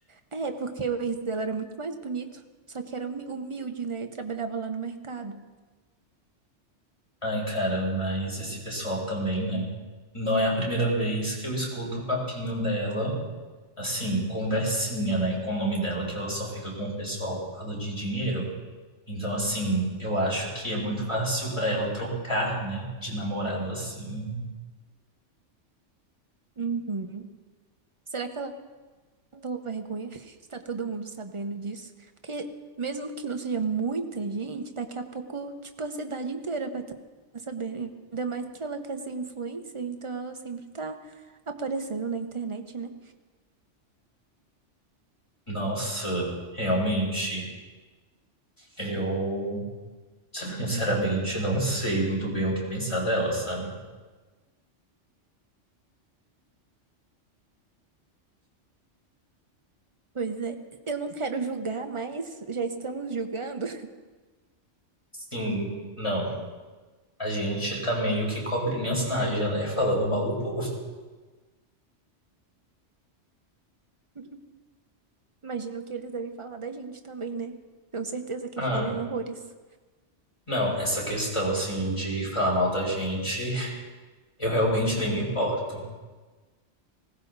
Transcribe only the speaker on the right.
É, porque o ex dela era muito mais bonito, só que era humi- humilde, né? Ele trabalhava lá no mercado.
Uhum. Será que ela pela vergonha <laughs> está todo mundo sabendo disso. Porque mesmo que não seja muita gente, daqui a pouco, tipo, a cidade inteira vai estar sabendo. Ainda mais que ela quer ser influencer, então ela sempre tá aparecendo na internet, né?
Pois é, eu não quero julgar, mas já estamos julgando.
<laughs> Imagino que eles devem falar da gente também, né? Tenho certeza que
falam horrores.